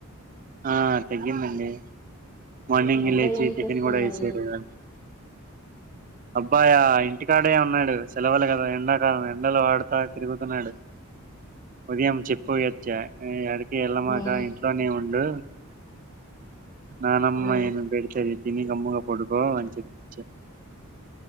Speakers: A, on the right; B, on the left.
A: ఆ తగ్గిందండి మార్నింగే
B: అబ్బాయి
A: లేచి
B: ఏం
A: చికెన్
B: చేస్తున్నాడు
A: గూడా వేశారు గా అబ్బాయా ఇంటికాడే ఉన్నాడు సెలవులు కదా ఎండ కాలం ఎండలు ఆడతా తిరుగుతున్నాడు. ఉదయం చెప్ పొయ్యొచ్చా మ్మ్ యాడి ఎళ్ళమాక
B: ఉమ్
A: ఇంట్లోనే ఉండు నానమ్మ
B: ఉమ్
A: ఏమి పెడతది తినీ గమ్ముగా పోడుకో అన్ చెప్ చెప్